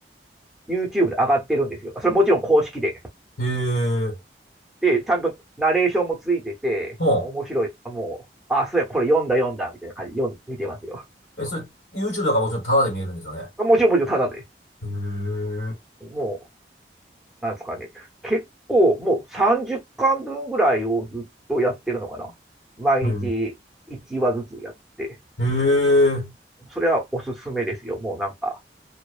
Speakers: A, in the centre; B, on the left.
A: YouTube で上がってるんですよ。それもちろん公式で。
B: へえ、
A: で、ちゃんとナレーションもついてて、
B: ほ
A: 面白い。もう、あ、そうや、これ読んだ読んだ、みたいな感じで読ん見てますよ。
B: う。え、それ、YouTube だからもちろんタダで見えるんですよね。
A: もちろんもちろんただで、
B: へえ、
A: もう、なんですかね。結構、もう30巻分ぐらいをずっとやってるのかな。毎日1話ずつやって。
B: へえ、へえ。
A: それはおすすめですよ。もうなんか、